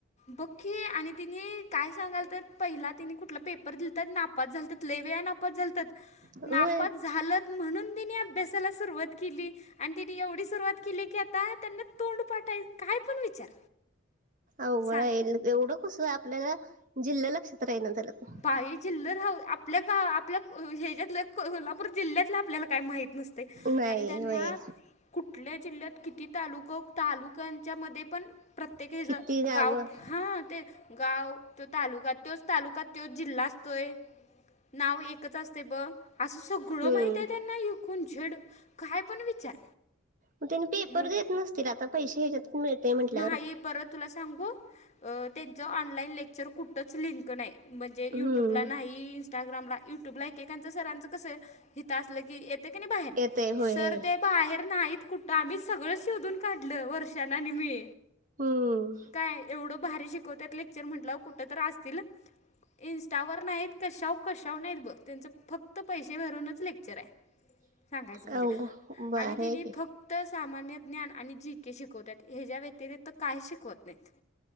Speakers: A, on the left; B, on the right.
A: बघ की आणि तिनी काय सांगालते पहिला तिनी कुठला दिलता नापास झालते लई वेळा नापास झालतात,
B: होय
A: नापास झालत म्हणून त्यानी अभ्यासाला सुरुवात केली. आणि त्यानी एवढी सुरुवात केली की आता त्यांना तोंड पाठ ये काय पण विचार
B: अवघड
A: सांग
B: ये एवढं कस आपल्याला जिल्हा लक्षात राहीना झालत.
A: बाई जिल राह आपल्या गाव आपल्या ह्याच्यातलं कोल्हापूर जिल्ह्यातल्या आपल्याला काही माहित नसतय
B: नाही
A: आणि त्यांना
B: होय
A: कुठल्या जिल्ह्यात किती तालुकं तालुक्यांच्या मध्ये पण प्रत्येक ह्याच
B: किती गावं
A: गाव हा ते गाव त्यो तालुका त्योच तालुका त्यो जिल्हा असतोय नाव एकच असते, ब असं सगळं
B: हम्म
A: माहितीये त्यांना ए टु न् झेड, काय पण विचार.
B: मग त्यांनी पेपर
A: मो
B: देत नसतील आता, पैसे ह्याच्यात मिळतेय म्हटल्यावर?
A: नाही परत तुला सांगू अ त्यांच ऑनलाईन लेक्चर कुठच लिंक नाही. म्हणजे
B: हम्म
A: युट्यूबला नाही, इंस्टाग्रामला, युट्यूबला एकेकांचं सरांचं कसं ये हिता असलं की ए येते का नाही बाहेर,
B: येतय होय
A: सर
B: हे
A: ते बाहेर नाहीत कुठं त आम्ही सगळं शोधून काढलं, वर्षानं आणि मी.
B: हम्म
A: काय एवढं भारी शिकवत्यात लेक्चर म्हंटल्यावर कुठं तर असतीलच? इंनस्टावर नाहीत कशाव -कशाव नाहीत, बघ त्यांचं फक्त पैसे भरूनच लेक्चर ये.
B: <inaudible>
A: सांगायचं म्हणजे
B: अवघ बर
A: आणि
B: आहे
A: तिने
B: की
A: फक् क्त सामान्य ज्ञान आणि जी के शिकवत्यात, ह्याच्या व्यतिरिक्त काही शिकवत नाहीत.